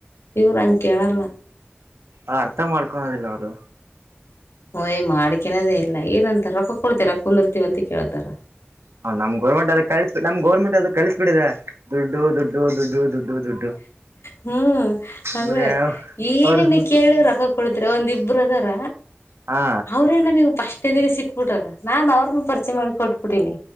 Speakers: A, on the left; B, on the right.
A: ಇವರು ಹಂಗ್ ಕೇಳಲ್ಲ
B: ಆ ಅರ್ಥ ಮಾಡ್ಕೊಳೋದಿಲ್ಲ ಅವರು
A: ಹ ಓಯ್ ಮಾಡ್ಕಿನದೇ ಇಲ್ಲ ಏನಂತಾರ ರೊಕ್ಕ ಕೊಡ್ತೀರ ಕೊನ್ದರ್ತೀವಿ ಅಂತ ಕೇಳ್ತಾರ
B: ಹ ನಮ್ ಗೌರ್ಮೆಂಟ್ ಅದು ಕಳಸ್ ನಮ್ ಗೌರ್ಮೆಂಟ್ ಅದು ಕಸಸ್ಬಿಡಿದೆ ದುಡ್ಡು ದುಡ್ಡು ದುಡ್ಡು ದುಡ್ಡು ದುಡ್ಡು
A: ಹ್ಮ್ ಹಾಗೇ
B: ಅಂದ್ರೆ
A: ಏನೇನ್
B: ಅವರು
A: ಕೇಳಿ ರೊಕ್ಕ ಕೊಡ್ತಿರ ಒಂದಿಬ್ಬರು ಅದಾರ
B: ಹಾ
A: ಅೆ <unintelligible> ನಮಗ್ ಪಸ್ಟ್ ಇದ ಸಿಕ್ಬಿಟ್ರ ನಾನ್ ಅವ್ರನು ಪರಿಚೆ ಮಾಡಿ ಕೊಟ್ಬಿಟ್ಟೀಿನಿ